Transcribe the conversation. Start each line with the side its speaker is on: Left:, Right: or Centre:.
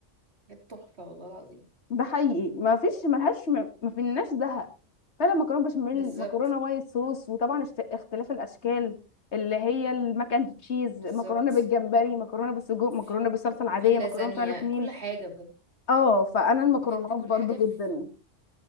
Right: بجد تحفه والله العظيم
Left: ده حقيقي ما فيش ملهاش ما ما فيناش زهق فعلا مكرونه بشاميل
Right: بالظبط
Left: مكرونه وايت صوص وطبعا اشت- اختلاف الاشكال اللي هي الماك اند تشيز
Right: بالظبط
Left: مكرونه بالجمبري مكرونه بالسجق مكرونه
Right: في
Left: بالصلصه العاديه
Right: في اللازانيا
Left: مكرونه مش عارف مين
Right: كل حاجه بجد
Left: اه فانا المكرونات
Right: بجد كل
Left: برضو
Right: حاجه في
Left: جدا